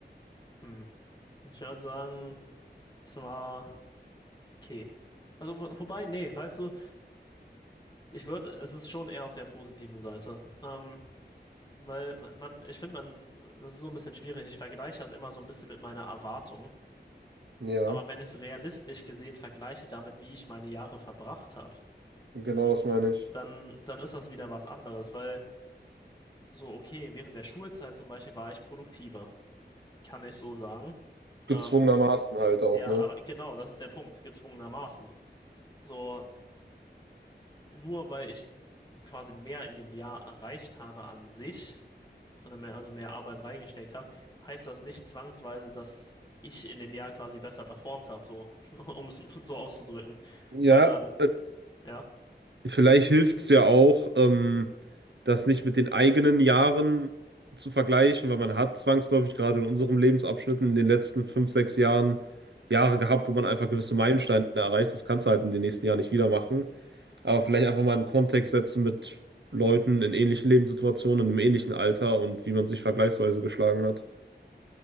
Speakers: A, on the left (about 25°); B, on the right (about 80°).
A: hm, ich würde sagen, es war okay. Also, wo- wobei, nee, weißt du, ich würde, es ist schon eher auf der positiven Seite. Ähm, weil man, man ich finde, man, das ist so ein bisschen schwierig. Ich vergleiche das immer so ein bisschen mit meiner Erwartung.
B: Ja,
A: Aber wenn ich es realistisch gesehen vergleiche damit, wie ich meine Jahre verbracht habe,
B: genau das meine ich.
A: dann, dann ist das wieder was anderes, weil so, okay, während der Schulzeit zum Beispiel war ich produktiver, kann ich so sagen.
B: Gezwungenermaßen
A: Ähm,
B: halt auch,
A: ja,
B: ne?
A: aber genau, das ist der Punkt, gezwungenermaßen. So, nur weil ich quasi mehr in dem Jahr erreicht habe an sich und mehr, also mehr Arbeit reingesteckt habe, heißt das nicht zwangsweise, dass ich in dem Jahr quasi besser performt habe, so, <laughs> um es so auszudrücken,
B: Ja,
A: sondern,
B: äh,
A: ja.
B: vielleicht hilft es ja auch, ähm, das nicht mit den eigenen Jahren zu vergleichen, weil man hat zwangsläufig gerade in unserem Lebensabschnitt in den letzten fünf, sechs Jahren Jahre gehabt, wo man einfach gewisse Meilensteine erreicht. Das kannst du halt in den nächsten Jahren nicht wieder machen. Aber vielleicht einfach mal einen Kontext setzen mit Leuten in ähnlichen Lebenssituationen, in einem ähnlichen Alter und wie man sich vergleichsweise geschlagen hat.